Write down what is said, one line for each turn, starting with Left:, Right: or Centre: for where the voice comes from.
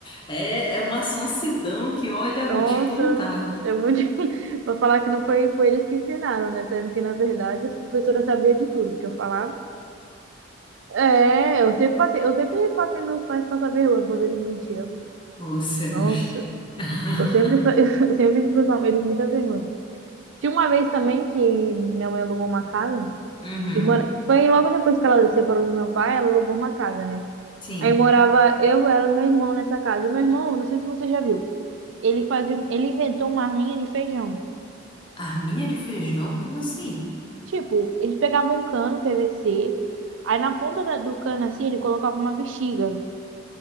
Left: É, é uma sonsidão que, olha,
Right: Nossa,
Left: vou te contar.
Right: eu vou te... <laughs> pra falar que não foi, foi eles que ensinaram, né? Sendo que, na verdade, as professoras sabiam de tudo, porque eu falava. É, eu sempre passei, eu sempre passei meus pais passar vergonha quando eles mentiam.
Left: Ô, céus.
Right: Nossa.
Left: <laughs>
Right: Eu sempre, fa- <laughs> eu sempre fiz pros eles muita vergonha. Tinha uma vez também que minha mãe alugou uma casa.
Left: Uhum,
Right: E mora... Foi logo depois que ela se separou do meu pai, ela alugou uma casa, né?
Left: sim.
Right: Aí morava eu, ela e meu irmão nessa casa. E meu irmão, não sei se você já viu, ele fazia, um, ele inventou uma arminha de feijão.
Left: Arminha de feijão? Como assim?
Right: Tipo, eles pegavam um cano PVC, aí na ponta da- do cano assim, ele colocava uma bexiga.